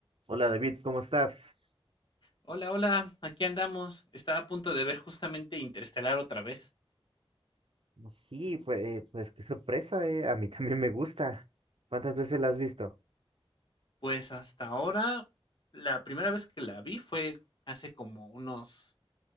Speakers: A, on the right (about 65°); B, on the left (about 50°).
A: Hola David, ¿cómo estás?
B: Hola, hola, aquí andamos. Estaba a punto de ver justamente Interestelar otra vez.
A: Sí, pues, eh, pues qué sorpresa, eh. A mí <laughs> también me gusta. ¿Cuántas veces la has visto?
B: Pues hasta ahora, la primera vez que la vi fue hace como unos,